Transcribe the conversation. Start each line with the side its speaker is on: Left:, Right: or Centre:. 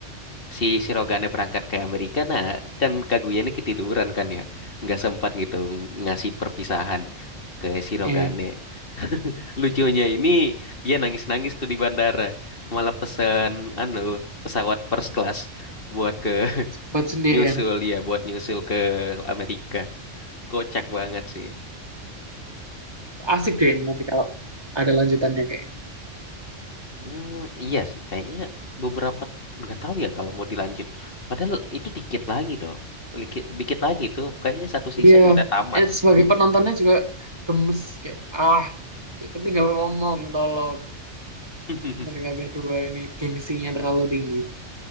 Left: si Sirogane berangkat ke Amerika nah kan Kaguya ini ketiduran kan ya nggak sempat gitu ng- ngasih perpisahan ke Sirogane
Right: Iya,
Left: <laughs> lucunya ini dia nangis-nangis tuh di bandara malah pesen anu pesawat first class buat ke <laughs>
Right: buat sendirian.
Left: nyusul ya buat nyusul ke Amerika kocak banget sih
Right: Asik deh ini nanti kalau ada lanjutannya kayaknya.
Left: Hmm, iya sih, kayaknya beberapa nggak tahu ya kalau mau dilanjut. Padahal itu dikit lagi doh, dikit, dikit lagi tuh. Kayaknya satu season
Right: Iya,
Left: udah tamat.
Right: eh,
Left: sih.
Right: sebagai penontonnya juga gemes kayak ah tinggal ngomong tolong
Left: <laughs>
Right: mereka berdua ini gengsinya terlalu tinggi.